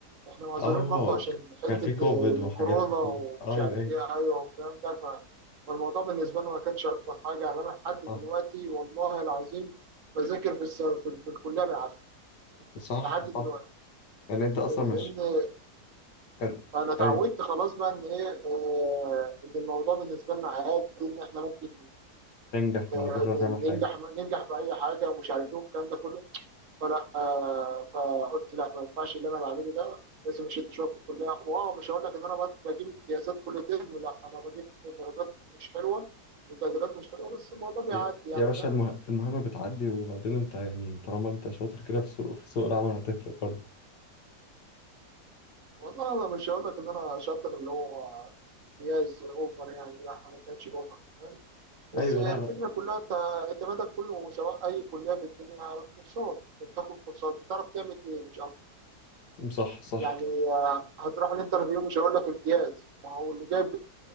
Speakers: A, on the right (about 55°); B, on the left (about 85°).
A: احنا معذورين
B: اه
A: برضه عشان حته
B: كان في كوفيد
A: آه،
B: وحاجات
A: الكورونا
B: كتير
A: ومش
B: ايوه
A: عارف
B: ايوه
A: ايه ايوه والكلام ده ف... فالموضوع بالنسبه لنا ما كانش اكتر حاجه يعني انا لحد دلوقتي
B: صح
A: والله العظيم بذاكر في الس... في, في الكليه بالعافيه
B: صح
A: لحد
B: صح
A: دلوقتي
B: يعني انت اصلا
A: لان
B: مش كان
A: انا اتعودت
B: ايوه
A: خلاص بقى ان ايه آه، ان الموضوع بالنسبه لنا عادي ان احنا ممكن
B: تنجح
A: آه،
B: من غير ما تعمل حاجه
A: ننجح ننجح باي حاجه ومش عارف ايه والكلام ده كله فلا آه، فقلت لا ما ينفعش اللي انا بعمله ده لازم اشد شويه في الكليه واو مش هقول لك ان انا بت- بجيب امتيازات كل ترم لا انا بجيب درجات مش حلوه وتقديرات مش حلوه بس الموضوع بيعدي
B: يا
A: يعني
B: يا باشا
A: فاهم
B: المه... المهمه بتعدي وبعدين انت يعني طالما انت شاطر كده في سوق في سوق العمل هتفرق برضه
A: والله انا مش هقول لك ان انا شاطر اللي هو امتياز اوفر يعني لا ما كانش اوفر فاهم. بس
B: ايوه
A: يعني
B: لا
A: الفكرة
B: لا
A: كلها أنت اعتمادك كله سواء أي كلية في الدنيا على الكورسات، أنت بتاخد كورسات بتعرف تعمل إيه مش أكتر،
B: صح صح
A: يعني آه، هتروح الانترفيو مش هقول لك امتياز، ما هو اللي جايب